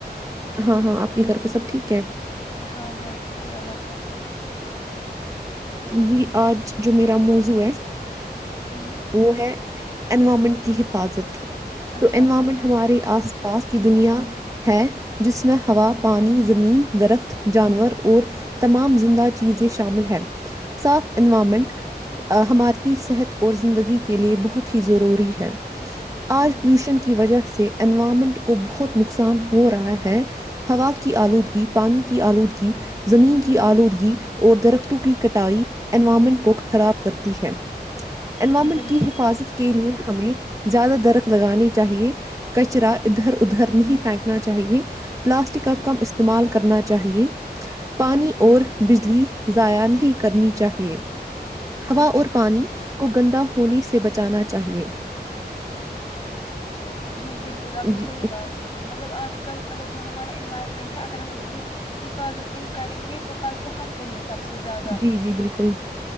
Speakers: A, on the right; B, on the left.
A: ہاں ہاں آپ کے گھر پہ سب ٹھیک ہے
B: ہاں ہاں شکر اللہ کا
A: جی آج جو میرا موضوع ہے
B: ہوں
A: وہ ہے اونوارمینٹ کی حفاظت
B: اچھا
A: تو انوائرمنٹ ہماراری آس پاس کی دنیا ہے جس میں ہوا پانی زمین درخت جانور اور تمام زندہ چیزیں شامل ہے صاف انوائرمنٹ
B: جی
A: ہمارے کی صحت اور زندگی کے لئے بہت ہی ضروری ہے آج
B: ہوں
A: پولوشن کی وجہ سے انوائرمنٹ کو بہت نقصان ہو رہا ہے ہوا کی آلودگی پانی کی آلودگی زمین کی آلودگی اور درختوں کی کٹائی انوائرمنٹ کو خراب کرتی ہے انوائرمنٹ
B: جی بالکل
A: کی حفاظت کے لیے ہمیں زیادہ درخ لگانی چاہیے کچرا ادھر ادھر نہیں پھینکنا چاہیے پلاسٹک کا کم استعمال کرنا چاہیے پانی اور بجلی ضاائیا نہیں کرنی چاہیے ہوا
B: جی
A: اور
B: بالکل
A: پانی
B: بالکل
A: کو گندا ہونے سے بچانا چاہیے
B: جی بالکل اب نے صحی
A: جی
B: بات بولی مطلب آج کل مطلب جو ہمارا انوائرمنٹ ہے اگر ہم ا اس کی حفاظت نہیں کریں گے تو کل کو ہم کو ہی سب سے زیادہ
A: جی جی بالکل